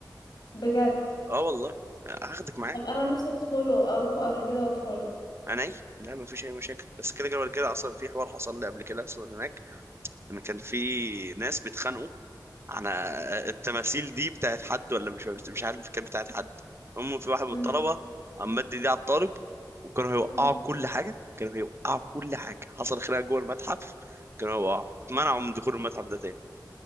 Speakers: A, on the left; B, on the right.
A: بجد
B: اه والله هاخدك معايا
A: طب انا نفسي ادخله اروحه قبل كده وادخله
B: انا ايه لا ما فيش اي مشاكل بس كده كده كده اصلا في حوار حصل لي قبل كده اصلا هناك انا كان في ناس بيتخانقوا انا التماثيل دي بتاعت حد ولا مش مش عارف كانت بتاعت حد هم في واحد من
A: مم.
B: الطلبه عم مد دي على الطالب وكانوا هيوقعوا
A: مم.
B: كل حاجه كانوا هيوقعوا كل حاجه حصل خناقه جوه المتحف كانوا هيوقعوا اتمنعوا من دخول المتحف ده تاني